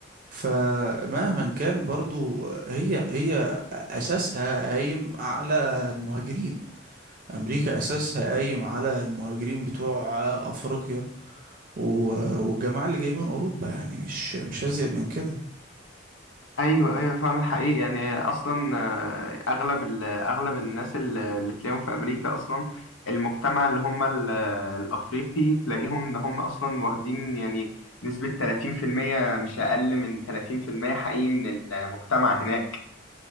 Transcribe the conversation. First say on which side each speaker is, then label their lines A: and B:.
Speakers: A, on the right; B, on the left.
A: فمهما كان برضو هي هي أساسها قايم على المهاجرين امريكا اساسها قايم على المهاجرين بتوع افريقيا و- والجماعه اللي جايه من اوروبا يعني مش مش هزيد من كده
B: ايوه ايوه فعلا حقيقي يعني اصلا آه، اغلب ال- اغلب الناس ال- اللي تلاقيهم في امريكا اصلا المجتمع اللي هم ال- الافريقي تلاقيهم ان هم اصلا واخدين يعني نسبة 30% مش اقل من 30% حقيقي من المجتمع هناك